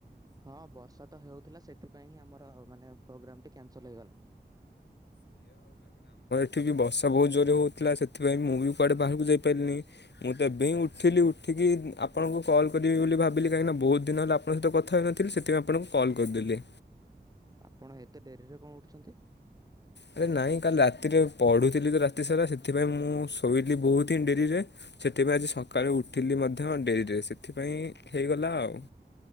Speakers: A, on the right (about 20°); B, on the left (about 80°).
A: ହଁ ବର୍ଷା ତ ହେଉଥିଲା ସେଥିପାଇଁ ହିଁ ଆମର ମାନେ ପ୍ରୋଗ୍ରାମ ଟି କ୍ୟାନସଲ ହେଇଗଲା।
B: ଉଠିକି ବଷା ବହୁତ ଜୋରେ ହେଉଥିଲା ସେଥିପାଇଁ ମୁଁ ବି କୁଆଡ଼େ ବାହାରକୁ ଯାଇପାରିଲିନି, ମୁଁ ତ ଏବେ ହିଁ ଉଠିଲି ଉଠିକି। ଆପଣଙ୍କୁ କଲ୍ କରିବି ବୋଲି ଭାବି ବୋଲି କାହିଁକିନା ବହୁତ ଦିନ ହେଲା ଆପଣଙ୍କ ସହିତ କଥା ହେଇନଥିଲି ସେଥିପାଇଁ ଆପଣଙ୍କୁ କଲ୍ କରିଦେଲି।
A: ଆପଣ ଏତେ ଡେରିରେ କଣ ଉଠୁଛନ୍ତି?
B: ଆରେ ନାଇଁ କାଲି ରାତିରେ ପଢ଼ୁଥିଲି ତ ରାତି ସାରା ସେଥିପାଇଁ ମୁଁ ଶୋଇନି ବହୁତ ହିଁ ଡେରିରେ ସେଥିପାଇଁ ଆଜି ସ ସକାଳେ ଉଠିଲି ମଧ୍ୟ ଡେରିରେ ସେ ଏଥିପାଇଁ ହେଇଗଲା ଆଉ।